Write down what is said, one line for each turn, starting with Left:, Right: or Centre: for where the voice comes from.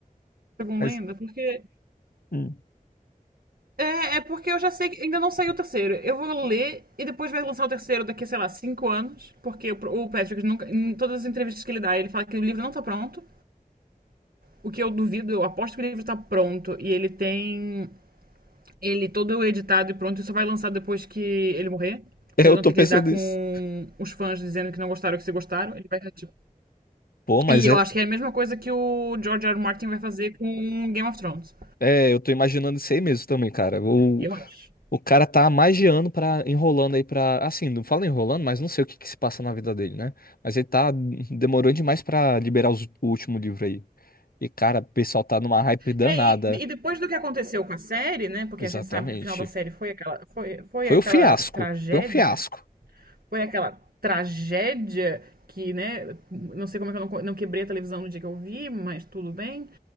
Right: segundo
Left: Mas
Right: ainda, porque
Left: hum,
Right: É, é porque eu já sei que ainda não saiu o terceiro. Eu vou ler e depois vai lançar o terceiro daqui, sei lá, cinco anos. Porque o o Patrick, nunca, em todas as entrevistas que ele dá, ele fala que o livro não tá pronto. O que eu duvido, eu aposto que o livro tá pronto. E ele tem ele todo editado e pronto. E só vai lançar depois que ele morrer.
Left: eu
Right: Pra ele não
Left: tô
Right: ter
Left: pensando
Right: que lidar com
Left: nisso.
Right: os fãs dizendo que não gostaram ou que se gostaram. Ele vai estar tipo.
Left: Pô, mas
Right: E
Left: é
Right: eu acho que é a mesma coisa que o George R. R. Martin vai fazer com Game of Thrones.
Left: É, eu tô imaginando isso aí mesmo também, cara. O,
Right: Eu acho.
Left: o cara tá há mais de ano pra, enrolando aí pra. Assim, não fala enrolando, mas não sei o que que se passa na vida dele, né? Mas ele tá demorando demais pra liberar os- o último livro aí. E, cara, o pessoal tá numa hype danada.
Right: É, e, e depois do que aconteceu com a série, né? Porque
Left: Exatamente.
Right: a gente sabe que o final da série foi aquela, foi, foi
Left: Foi
Right: aquela
Left: um fiasco.
Right: tragédia.
Left: Foi um fiasco.
Right: Foi aquela tragédia que, né? Não sei como é que eu não, não quebrei a televisão no dia que eu vi, mas tudo bem.